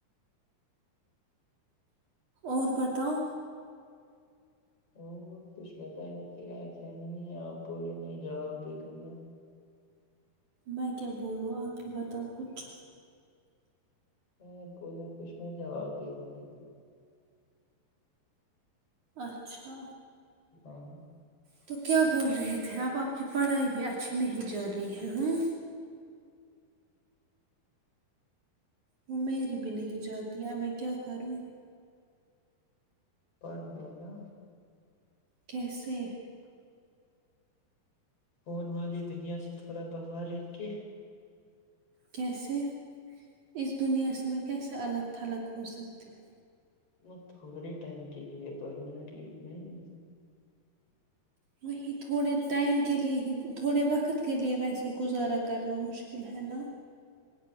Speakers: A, on the right; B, on the left.
A: اور بتاؤ
B: اور کچھ بتانے کے لائق ہے ہے نہیں ہے آپ بولے میں جناب دے دوں گا
A: میں کیا بولوں آپ ہی بتاؤ کچھ
B: نہیں بولے کچھ میں جواب دے دوں گا
A: اچھا
B: ہاں
A: تو کیا بول رہے تھے اپ آپ کی پڑھائی بھی اچھی نہیں جا رہی ہے ہاں وہ میری بھی نہیں چل رہی ہے اب میں کیا کروں
B: پہالی ل نا
A: کیسے
B: فون والی دنیا سے تھوڑا باہر رہ کے
A: کیسے اس دنیا سے میں کیسے الگ تھلگ ہو سکتی ہوں
B: وہ تھوڑی ٹائم کے لیے پرمینٹلی نہیں
A: وہیں تھوڑے ٹائم کے لیے ہی تھوڑے وقت کے لیے ویسے گزارا کرنا مشکل ہے نا